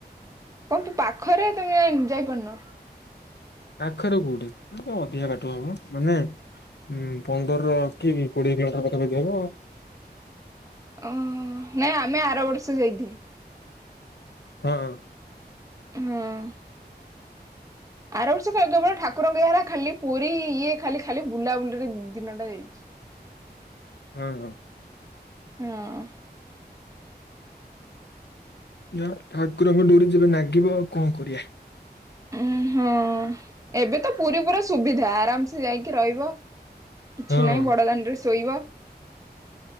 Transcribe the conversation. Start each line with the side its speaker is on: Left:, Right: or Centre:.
Right: କଁ ତୁ ପାଖରେ ତମେ ଯାଇପାରୁନ।
Left: ପାଖରେ କୋଉଠି ଅଁ ଅଧିକା ବାଟ ହବ। ମାନେ ହୁଁ ପନ୍ଦର କି କୋଡିଏ କିଲୋମିଟର ପାଖାପଖି ହବ ଆଉ।
Right: ଅଁ ହଁ, ନାଇଁ ଆମେ ଆର ବର୍ଷ ଯାଇଥିଲୁ।
Left: ହଁ ହଁ।
Right: ହଁଅଁ। ଆର ବର୍ଷ କଁ ଏବେ ବଳିଆ ଠାକୁରଙ୍କ ଏହାରା ଖାଲି ପୁରୀ ଇଏ ଖାଲି ଖାଲି ବୁଲାବୁଲିରେ ଦିନଟା ଯାଇଛି।
Left: ହଁ ହଁ।
Right: ହୁଁଉଁ।
Left: ଯା ଠାକୁରଙ୍କ ଡୋରି ଯେବେ ନାଗିବ ଆଉ କଁ କରିଆ।
Right: ଉଁ ହଁଅଁ, ଏବେ ତ ପୁରୀ ପୁରା ସୁବିଧା ଆରାମ୍ ସେ ଯାଇକି ରହିବ। କିଛି
Left: ହଁ
Right: ନାଇଁ ବଡ ଦାଣ୍ଡେରେ ଶୋଇବ।